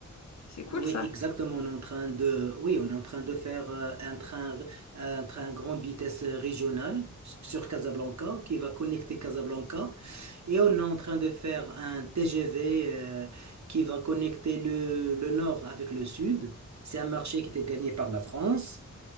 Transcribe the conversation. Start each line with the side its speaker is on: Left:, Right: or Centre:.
Left: C'est cool
Right: oui,
Left: ça.
Right: exactement. On est en train de, oui, on est en train de faire euh, un train, un train grande vitesse régionale sur Casablanca qui va connecter Casablanca Et on est en train de faire un TGV euh, qui va connecter le, le nord avec le sud. C'est un marché qui était gagné par la France